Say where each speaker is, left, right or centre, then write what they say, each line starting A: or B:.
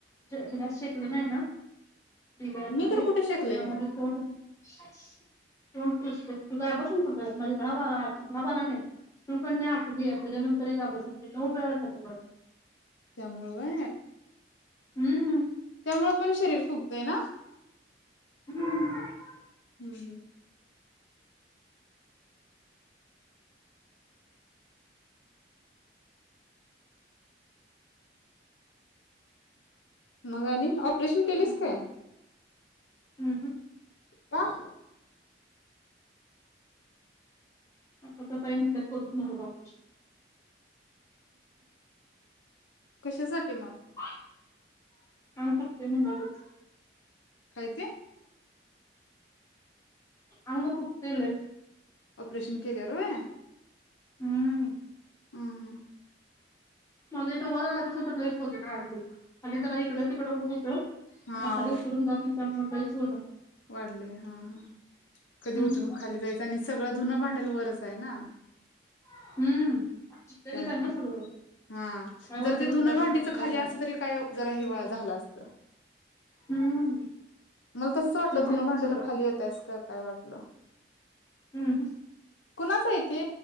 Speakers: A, on the left; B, on the left.
A: हिरा शेतीन आहे ना. बबड
B: मी
A: मध्ये
B: तर कुठे शिकलय
A: आमझ
B: मग
A: कोण <unintelligible> तू काय बसून करत माझे भाबा भावा ना नाही शिवकन्या आ घ त्यानंतर का बसून म्हणे खोप वेळा झा म
B: त्यामुळबा
A: हम्म.
B: त्यामुळे पण शरीर फुगतय ना.
A: हम्म.
B: हम्म हम्म. मग आणि ऑपरेशन केलेस
A: अच्छा
B: काय.
A: हम्म
B: का
A: आताता काही मदत करूच न बापरची
B: कशासाठी मग
A: का करत मच
B: काै ते
A: अंग फक्तेल.
B: ऑपरेशन केल्या रय
A: हम्म
B: हम् हम्
A: माझ इथ वर आल्यापासून तर आ जरा इकडं तिकडं होत होत.
B: हा
A: आता हाडून तुरून जा आप ई चो
B: वाढले हा हा कधी
A: हम्म
B: उतरून खाली जायच आणि सगळं धुन भांड्याला वरच आहे ना
A: हम्म चिखल्यारीत
B: त्यामुळे
A: आहे ना सगळं
B: हा
A: काय
B: जर
A: वज
B: ते
A: उचलायचं
B: ुन भांडीच
A: नाही
B: खाली
A: काय नाही
B: अस तरी काय जरा हिवा झाला असत.
A: हम्म
B: मला तसंच वाटलं
A: विकलंय
B: धुनं
A: तिथं
B: भांड्याला
A: सगळं
B: खाली येतयस का. काय वाटलं.
A: हम्म ह
B: कुणाचं आहेथे